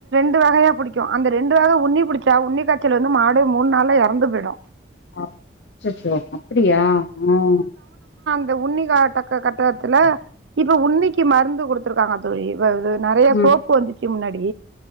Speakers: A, on the right; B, on the left.
A: டு வகையா புடிக்கு அந்த ரெண்டு வகை உன்னி புடிச்சா உன்னி காய்ச்ச வந்து மாடே மூணு நாள்ல எறந்து போயிடு
B: அச்சச்சோ அப்படியா உம்
A: இந்த உன்னி காலகட்டடத்துல இப்ப உன்னிக்கு மருந்து கொடுத்து த்திருக்காங்க தோழி வ நறைய
B: ம்
A: சோப்பு வந்துச்ச இதுக்கு முன்னாடி